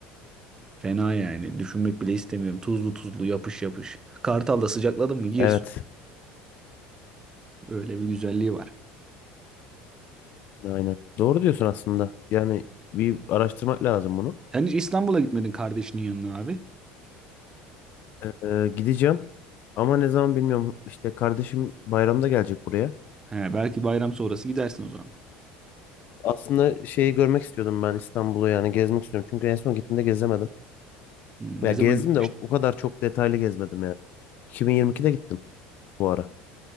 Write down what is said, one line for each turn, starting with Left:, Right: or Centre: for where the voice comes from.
Right: Fena yani. Düşünmek bile istemiyorum. Tuzlu tuzlu yapış yapış. Kartal'da sıcakladın mı gir.
Left: Evet.
Right: Öyle bir güzelliği var.
Left: Aynen. Doğru diyorsun aslında. Yani bir araştırmak lazım bunu.
Right: Sen hiç İstanbul'a gitmedin kardeşinin yanına abi.
Left: Ee, e, gideceğim ama ne zaman bilmiyorum. İşte kardeşim bayramda gelecek buraya.
Right: He, belki bayram sonrası gidersin o zaman.
Left: Aslında şeyi görmek istiyordum ben İstanbul'u yani gezmek istiyorum. Çünkü en son gittiğimde gezemedim.
Right: Hmm,
Left: Ya
Right: ne
Left: gezdim
Right: zaman gitmiştin?
Left: de o, o kadar çok detaylı gezmedim yani. 2022'de gittim bu ara.